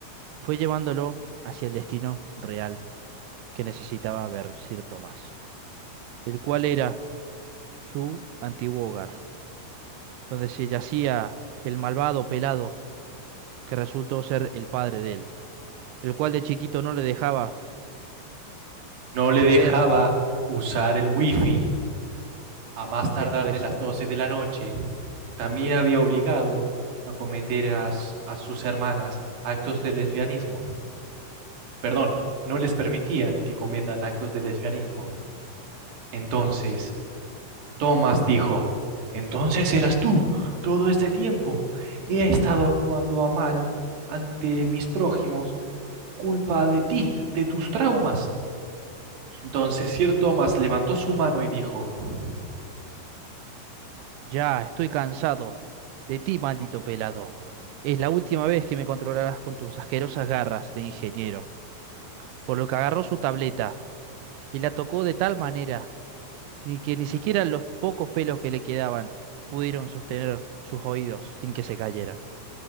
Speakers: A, on the right; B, on the right.
A: fue llevándolo hacia el destino real. que necesitaba ver Sir Tomás, el cual era su antiguo hogar, donde se yacía el malvado pelado que resultó ser el padre de él, el cual de chiquito no le dejaba
B: No le dejaba
A: ver
B: usar el wifi a más tardar
A: después.
B: de las 12 de la noche. También había obligado a cometer a, s- a sus hermanas actos de lesbianismo. Perdón, no les permitía que cometan actos de lesbianismo. Entonces, Thomas dijo, entonces eras tú todo este tiempo. He estado actuando a mal ante mis prójimos, culpa de ti, de tus traumas. Entonces Sir Thomas levantó su mano y dijo,
A: Ya, estoy cansado de ti, maldito pelado. Es la última vez que me controlarás con tus asquerosas garras de ingeniero, por lo que agarró su tableta y la tocó de tal manera ni que ni siquiera los pocos pelos que le quedaban pudieron sostener sus oídos sin que se cayeran.